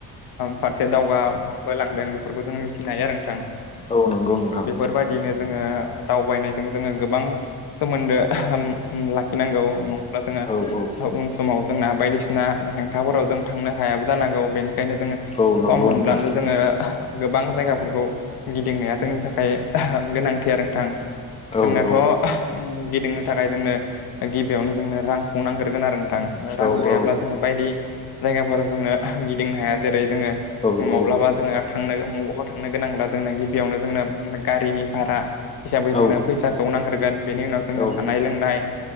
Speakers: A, on the left; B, on the left.
A: फारसे दावगाबोलांदों बेफोरखौ जों मिथिनो हायो आरो नोंथां।
B: औ नंगौ नोंथां
A: बेफोरबायदिनो जोङो दावबायनायजों जोङो गोबां सोमोन्दो लाखिनांगौ। जोङो
B: औ औ
A: उन समाव जोंना बायदिसिना हेंथाफोराव जों थांनो हायाबो जानांगौ बेनि ओखायनो जोङो
B: औ नंगौ
A: सम मोनब्लानो
B: नोंथां
A: जोङो गोबां जायगाफोरखौ गिदिंनाया जोंनि थाखाय गोनांथि आरो नोंथां।
B: औ
A: जोंनाथ'
B: औ
A: गिदिंनो थाखाय जोंनो गिबियावनो जोंनो रांखौ नांग्रोगोन आरो। रां
B: औ
A: गैयाब्ला जोङो बायदि जायगाफोराव जोंो गिदिंनो हाया जेरै जोङो
B: औ
A: माब्लाबा
B: औ
A: जोङो थांनो बबावबा थांनो गोनांब्ला जोंनो गिबियावनो जोंनो गारिनि भारा हिसाबै जोंनो
B: औ
A: फैसाखौ नांग्रोगोन बेनि उनाव जोंनो
B: औ
A: जानाय लोंनाय